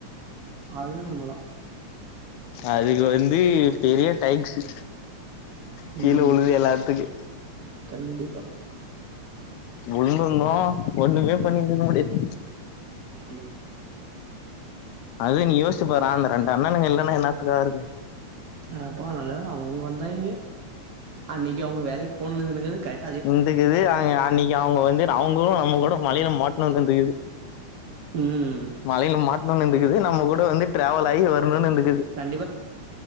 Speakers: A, on the right; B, on the left.
A: அது என்னவு உண்மதா
B: அதுக்கு வந்து பெரிய டாங்க்ஸீ கீழே
A: ம்.
B: உழுகல எல்லாத்துக்கு
A: கண்டிப்பா
B: உழுந்துருந்தோ ஒண்ணுமே பண்ணி இருந்துக்க முடியாது
A: ம்
B: அது நீ யோசிச்சுப் பாறே அந்த ரெண்டு அண்ணனுங்க இல்லன்னா என்னாத்துக்கு ஆகுறது
A: நா போன்னால அவுங்க வந்தாய்ங்கே அன்னைக்கி அவுங்க வேலைக்கு போணுதுங்கிறது கட்
B: இருந்துக்கிது அய்ங்க அன்னைக்கி அவுங்க வந்து அவுங்களு நம்ம கூட மழைல மாட்ணு இருந்துக்குது
A: ம்.
B: மழையில மாட்ணுனு இருந்துக்குது நம்ம கூட வந்து டிராவல் ஆயி வரணுனு இருந்துக்குது
A: கண்டிப்பா